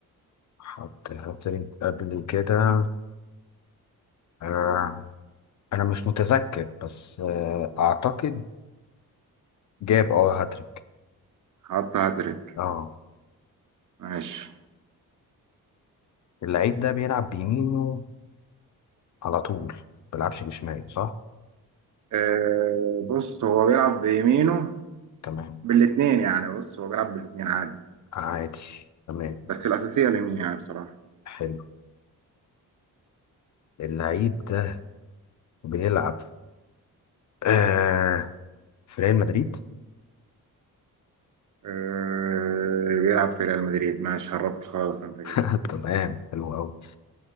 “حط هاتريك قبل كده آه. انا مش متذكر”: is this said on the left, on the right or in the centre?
Left